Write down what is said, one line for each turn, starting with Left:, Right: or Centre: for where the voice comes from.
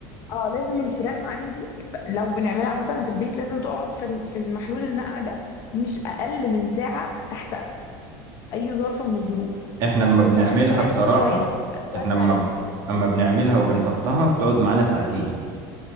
Left: اه لازم الفراخ عندي لو بنعملها مثلا في البيت لازم تقعد في ال- في المحلول النقع ده مش اقل من ساعه تحت اي ظرف من الظروف
Right: احنا لما
Left: وبحط
Right: بنعملها
Left: كمان
Right: بصراحة
Left: شويه شويه
Right: احنا لما
Left: خل
Right: ب... اما بنعملها وبنحطها بتقعد معانا ساعتين